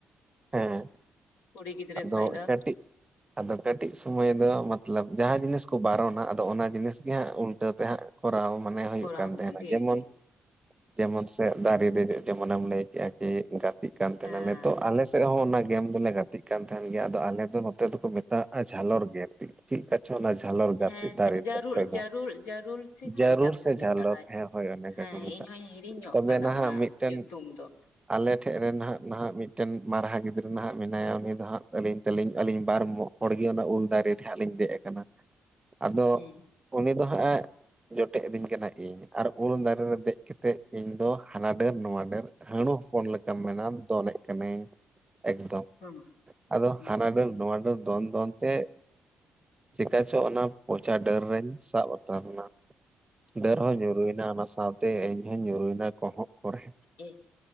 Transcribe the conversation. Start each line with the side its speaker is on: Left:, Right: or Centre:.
Right: ᱦᱮᱸ
Left: ᱠᱩᱲᱤ ᱜᱤᱫᱽᱨᱟᱹ
Right: ᱟᱫᱚ
Left: ᱠᱷᱚᱡ ᱫᱚ᱾
Right: ᱠᱟᱹᱴᱤᱡ ᱟᱫᱚ ᱠᱟᱹᱴᱤᱡ ᱥᱚᱢᱚᱭ ᱫᱚ ᱢᱚᱛᱞᱚᱵ ᱡᱟᱦᱟᱸ ᱡᱤᱱᱤᱥ ᱠᱚ ᱵᱟᱨᱚᱱᱟ ᱟᱫᱚ ᱚᱱᱟ ᱡᱤᱱᱤᱥ ᱜᱮ ᱦᱟᱸᱜ ᱩᱞᱴᱟᱹ ᱛᱮ ᱦᱟᱸᱜ ᱠᱚᱨᱟᱣ ᱢᱟᱱᱮ ᱦᱩᱭᱩᱜ
Left: ᱠᱚᱨᱟᱣ
Right: ᱠᱟᱱ ᱛᱟᱦᱮᱱᱟ
Left: ᱢᱮ ᱰᱷᱮᱨ
Right: ᱡᱮᱢᱚᱱ
Left: ᱜᱮ
Right: ᱡᱮᱢᱚᱱ ᱥᱮᱜ ᱫᱟᱨᱮ ᱫᱮᱡᱚᱜ ᱡᱮᱢᱚᱱᱮᱢ ᱞᱟᱹᱭ ᱠᱮᱜᱼᱟ ᱡᱮ ᱜᱟ ᱛᱤᱜ ᱠᱟᱱ ᱛᱟᱦᱮᱱᱟᱞᱮ
Left: ᱦᱮᱸ
Right: ᱛᱚ ᱟᱞᱮ ᱥᱮᱫ ᱦᱚᱸ ᱚᱱᱟ ᱜᱮᱢ ᱫᱚᱞᱮ ᱜᱟᱛᱮᱜ ᱠᱟᱱ ᱛᱟᱦᱮᱱ ᱜᱮᱭᱟ ᱟᱫᱚ ᱟᱞᱮ ᱫᱚ ᱱᱚᱛᱮ ᱫᱚᱠᱚ ᱢᱮ ᱛᱟᱜᱼᱟ ᱡᱷᱟᱚᱞᱚᱨ ᱜᱮᱛᱤ᱾ ᱪᱮᱜᱠᱟ ᱪᱚ ᱚᱱᱟ ᱡᱷᱟᱞᱚᱨ ᱜᱟᱛᱮ
Left: ᱦᱮᱸ
Right: ᱫᱟᱨᱮ
Left: ᱡᱟᱹᱨᱩᱲ
Right: ᱪᱚᱴ ᱠᱷᱟᱡ ᱫᱚᱱ
Left: ᱡᱟᱹᱨᱩᱲ ᱡᱟᱹᱨᱩᱲ ᱥᱮ ᱪᱮᱫ
Right: ᱡᱟᱹᱨᱩᱲ
Left: ᱞᱮᱠᱟ ᱠᱚ
Right: ᱥᱮ
Left: ᱢᱮᱛᱟᱜᱼᱟ
Right: ᱡᱷᱟᱞᱚᱨ ᱦᱮᱸ ᱦᱳᱭ ᱚᱱᱮᱠᱟ
Left: ᱦᱮᱸ
Right: ᱠᱚ ᱢᱮᱛᱟᱜᱼᱟ
Left: ᱤᱧ ᱦᱚᱧ ᱦᱤᱲᱤᱧ ᱧᱚᱜ
Right: ᱛᱚᱵᱮ
Left: ᱠᱟᱫᱟ
Right: ᱱᱟᱦᱟᱜ
Left: ᱚᱱᱟ
Right: ᱢᱤᱫᱴᱮᱱ
Left: ᱧᱩᱛᱩᱢ ᱫᱚ
Right: ᱟᱞᱮ ᱴᱷᱮᱱ ᱥᱮᱜ ᱨᱮ ᱱᱟᱦᱟᱜ ᱱᱟᱦᱟᱜ ᱢᱤᱫᱴᱮᱱ ᱢᱟᱨᱦᱟ ᱜᱤᱫᱽᱨᱟᱹ ᱱᱟᱦᱟᱜ ᱢᱮᱱᱟᱭᱟ ᱩᱱᱤ ᱫᱚ ᱦᱟᱜ ᱟᱹᱞᱤᱧ ᱛᱮᱞᱤᱧ ᱟᱹᱞᱤᱧ ᱵᱟᱨ ᱦᱚᱲᱜᱮ ᱚᱱᱟ ᱩᱞ ᱫᱟᱨᱮ ᱨᱮ ᱦᱟᱸᱜ ᱞᱤᱧ ᱫᱮᱡ ᱟᱠᱟᱱᱟ ᱟᱫᱚ
Left: ᱦᱮᱸ
Right: ᱩᱱᱤ ᱫᱚ ᱦᱟᱸᱜ ᱮᱸ ᱡᱚᱴᱮᱜ ᱫᱤᱧ ᱠᱟᱱᱟ ᱤᱧ ᱟᱨ ᱩᱞ ᱫᱟᱨᱮ ᱨᱮ ᱫᱮᱡ ᱠᱟᱛᱮᱜ ᱤᱧ ᱫᱚ ᱦᱟᱱᱟ ᱰᱷᱟᱹᱨ ᱱᱚᱣᱟ ᱰᱟᱹᱨ ᱦᱟᱹᱬᱩ ᱦᱚᱯᱚᱱ ᱞᱮᱠᱟ ᱢᱮᱱᱟᱢ ᱫᱚᱱᱮᱜ ᱠᱟᱹᱱᱟᱹᱧ ᱮᱠᱫᱚᱢ
Left: ᱦᱩᱸ
Right: ᱟᱫᱚ
Left: ᱦᱩᱸ
Right: ᱦᱟᱱᱟ ᱰᱟᱹᱨ ᱱᱚᱣᱟ ᱰᱟᱹᱨ ᱫᱚᱱ ᱫᱚᱱ ᱛᱮ ᱪᱮᱠᱟ ᱪᱚ ᱚᱱᱟ ᱯᱚᱪᱟ ᱰᱟᱹᱨ ᱨᱮᱧ ᱥᱟᱵ ᱟᱛᱟᱹᱨᱱᱟ᱾ ᱰᱟᱹᱨ ᱦᱚᱸ ᱧᱩᱨᱩᱭᱱᱟ ᱚᱱᱟ ᱥᱟᱶᱛᱮ ᱤᱧᱦᱚᱧ ᱧᱩᱨᱩᱭᱱᱟ ᱠᱚᱸᱦᱚᱜ ᱠᱚᱨᱮ᱾
Left: ᱮ